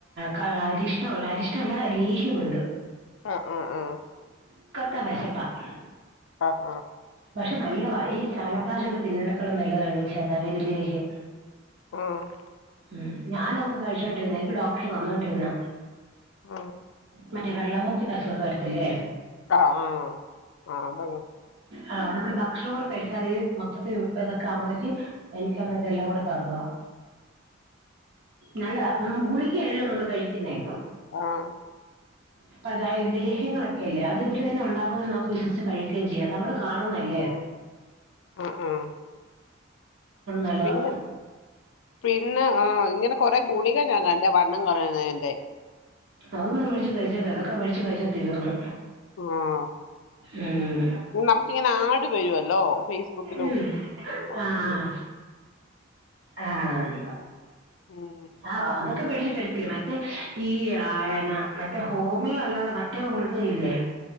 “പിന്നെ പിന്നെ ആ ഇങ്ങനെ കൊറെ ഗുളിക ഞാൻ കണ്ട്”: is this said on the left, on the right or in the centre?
Left